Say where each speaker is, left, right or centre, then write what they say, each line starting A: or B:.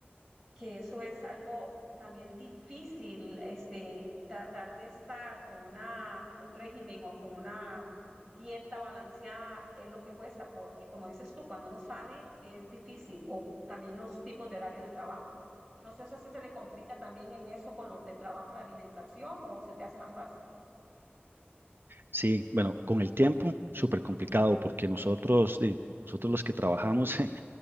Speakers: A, in the centre; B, on the right.
A: que eso es algo también difícil, este, tratar de estar con una, un régimen o con una dieta balanceada es lo que cuesta, porque como dices tú, cuando uno sale es difícil, o también los tipos de horario de trabajo. No sé si se le complica también en eso con los de trabajo, la alimentación, o se te hace más fácil.
B: Sí, bueno, con el tiempo, súper complicado porque nosotros, de- nosotros los que trabajamos, <laughs>